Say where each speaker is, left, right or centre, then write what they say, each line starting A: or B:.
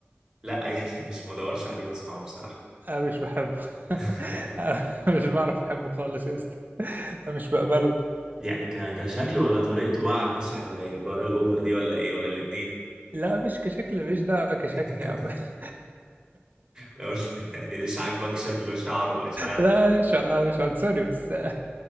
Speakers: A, on the right; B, on the right.
A: لأ يعني <laughs> مش مدورش عليه وأسمعه بصراحة
B: أنا مش بحبه <laughs>
A: <laughs>
B: أنا مش بعرف أحبه خالص يا اسطى أنا مش بقبله
A: يعني ك- كشكل ولا طريقته بقى على المسرح اللي هي بره الأوفر دي ولا إيه ولا الاتنين
B: لا مش كشكل مش ده كشكل
A: <laughs>
B: يا عم <laughs>
A: لو يعني إيش عاجبك شكله شعره إيش
B: لا مش مش عنصري بس <laughs>